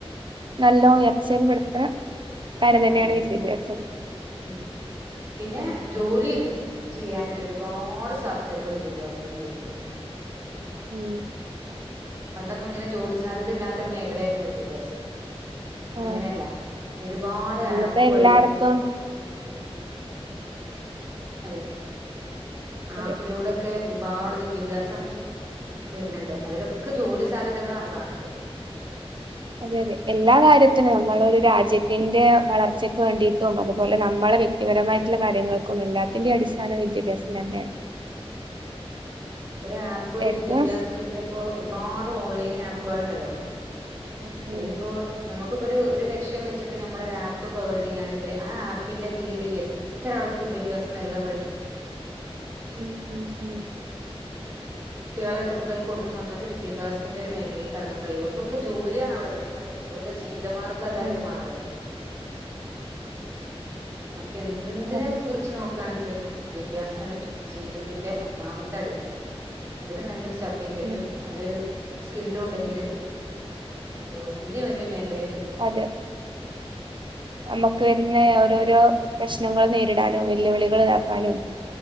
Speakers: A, on the right (about 50°); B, on the right (about 25°).
A: നല്ലോ ഉയർച്ചൽപ്പെടുത്ത കാര്യം തന്നെയാണ്
B: അതെ അതെ
A: വിദ്യ
B: ഉം
A: <unintelligible>
B: പിന്നെ ജോലി ചെയ്യാനുള്ള ഒരുപാട് സാധ്യതകള് വിദ്യാഭ്യാസത്തിന്ന് വരുന്നുണ്ട്
A: മ്മ്
B: പണ്ടൊന്നും ഇങ്ങനെ ജോലി സാധ്യത ഇല്ലാത്തൊരു മേഖലയായിരുന്നു വിദ്യാഭ്യാസം ഇന്നങ്ങനെയല്ല
A: ആ
B: ന്ന് ഒരുപാട്
A: ഇന്നിപ്പോ
B: ആപ്പ്
A: എല്ലായിടത്തും
B: വഴി ഉം അതെ
A: അതെ
B: ആപ്പിലൂടൊക്കെ ഒരുപാട് വെ ദ്യാഭ്യാസം വരുണോണ്ട് അതിലൊ ക്ക് ജോലി സാധ്യതകളാണ് കാണത്
A: അതെയതെ എല്ലാ കാര്യത്തിനും നമ്മള് ഒരു രാജ്യത്തിന്റെ വളർച്ച- ക്കുവേണ്ടിയിട്ടും അതുപോലെ നമ്മളെ വ്യക്തിപരമായിട്ടുള്ള കാര്യങ്ങൾക്കും എല്ലാത്തിന്റെയും അടിസ്ഥാനം വിദ്യാഭ്യാസം തന്നെയാണ്
B: ഒരാപ്പ് ഒരു
A: ഏറ്റവും
B: വിദ്യാഭ്യാസത്തിന്റെ ഇപ്പോ ഒരുപാട് ഓൺലൈൻ ആപ്പുകളുണ്ടല്ലോ
A: ഉം
B: അയിലിപ്പോ ഞമ്മക് ഇപ്പം ഒരു ഒരു ലക്ഷ്യം വച്ചിട്ട് നമ്മളൊരു ആപ്പ് പ്രൊവൈഡ് ചെയ്യുകയാണെങ്കില് ആ ആപ്പിന്റെ കീഴില് എത്രയാൾക്ക് വിദ്യാഭ്യാസം നൽകാൻ കഴിയും
A: ഉം ഉം ഉം
B: കുട്ടികള് നമുക്കത് കൊടുന്നുവന്നക്കൊണ്ട് വിദ്യാഭ്യാസത്തിന്റെ ഒരു മേഖലേക്ക് ഇറങ്ങാൻ കയ്യിയു ഓർക്കൊക്കെ ജോലി <unintelligible> അവിടെ കിട്ടണത് വെറുതെ ജീവി- വിതമാർഗം അതായിട്ട്
A: ഉം
B: മാറുക ഉം <unintelligible> റ്റെന്തിനെ
A: അതെ
B: കുറിച്ച് നോക്കാണെങ്കിലും വിദ്യാഭ്യാസാണ് ജീവിതത്തിന്റെ ഒന്നാമത്തെ അടിത്തറ, അതിന് നല്ലൊരു സർ ർട്ടിക്കറ്റും
A: ഉം
B: നല്ലൊരു സ്‌കില്ലും ഉണ്ടെങ്കില് അത് വലിയ വലിയ മേഖലേ
A: അതെ നമുക്ക് വരുന്നേ ഓരോരോ പ്രശ്നങ്ങള് നേരിടാനും വെല്ലുവിളികള് ഇതാക്കാനും